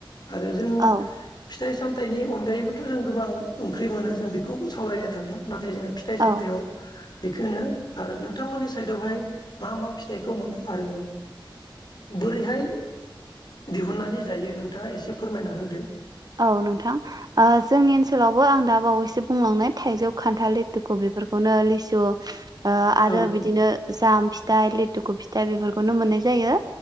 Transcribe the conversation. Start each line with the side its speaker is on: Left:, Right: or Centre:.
Left: आरो जों।
Right: औ
Left: फिथाइ सामथाइनि अनगायैबोथ' जों गोबां ओंख्रि मोनो जों बेखौबो सावरायनो थांला नाथाय जोङो फिथाइ
Right: औ
Left: सामथायाव बेखोनो आरो नोंथांमोननि साइडआवहाय मा मा फिथाइखौ मोनो आरो बोरैहाय दिहुननानै जायो नोंथाङा एसे फोरमायना होदो
Right: औ नोंथां जोंनि ओनसोलावबो आं दा बावैसो बुंलांनाय थाइजौ खान्थाल लेथुखु बेफोरखौनो लिसु आरो
Left: औ
Right: बिदिनो जाम फिथाइ लि दुखु फिथा बेफोरखौनो मोननाय जायो